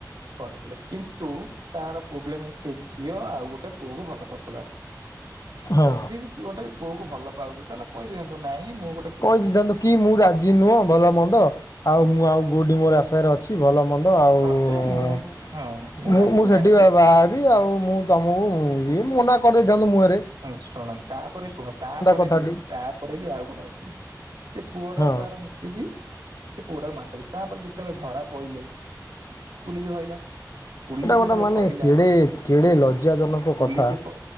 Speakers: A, on the right (about 75°); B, on the left (about 50°).
A: କରିଥିଲେ କିନ୍ତୁ ତାର ପ୍ରୋବ୍ଲେମ୍ ସେ ଝିଅ ଆଉ ଗୋଟେ ପୁଅ କୁ ଭଲ ପାଉଥିଲା।
B: ହଁ
A: ଯଦି ବି ତୁ ଗୋଟେ ପୁଅକୁ ଭଲ ପାଉଛୁ ତାହେଲେ କହିଦେଇଥାନ୍ତୁ, ନାଇଁ ମୁଁ ଗୋଟ୍
B: କହିଦେଇଥାନ୍ତୁ କି ମୁଁ ରାଜି ନୁଅଁ ଭଲ ମନ୍ଦ ଆଉ ମୁଁ ଆଉ ଗୋଡି ମୋର୍ ଆଫେୟାର୍ ଅଛି ଭଲ ମନ୍ଦ ତ ଆଉ
A: ଅଛି ମୁଁ ହଁ
B: ମୁ
A: ତାକୁ
B: ମୁଁ
A: ମ୍ୟାରେଜ
B: ସେଠି ବା ବାଆ ହେବି, ଆଉ ମୁଁ ତମକୁ ଇଏ ମନା କରଦେଇଥାନ୍ତୁ ମୁଁ ହେ
A: ହୁଁ ଶୁଣ ତାପରେ ଶୁଣ ତାପରେ
B: କଥାଟି
A: ବି ତାପରେ ବି ଆଉ ଗୋଟେ ଅ ଛି। ସେ ପୁଅର
B: ହଁ
A: ତାର ମିଶିକି ସେ ପୁଅଟା କୁ ମାରିଦେଲେ ତାପରେ ଯେତେବେଳେ ଧରା ପଇଲେ ପୁଲିସ ଧଇଲା। ପୁଲିସ୍
B: ଏଇଟା ଗୋଟେ
A: ଯେତେବେଳେ
B: ମାନେ
A: ଧଇଲା
B: କେଡ଼େ କେଡ଼େ ଲଜ୍ଜାଜନକ
A: ପୁଲିସ୍
B: କଥା।
A: ପ